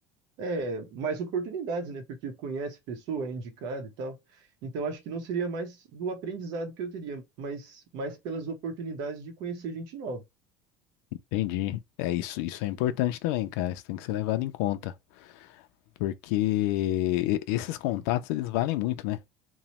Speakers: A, on the right; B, on the left.
A: é, mais oportunidades, né? Porque conhece pessoa, é indicado e tal. Então, acho que não seria mais do aprendizado que eu teria, mas mais pelas oportunidades de conhecer gente nova.
B: Entendi. É isso, isso é importante também, cara. Isso tem que ser levado em conta, porque e- esses contatos eles valem muito, né?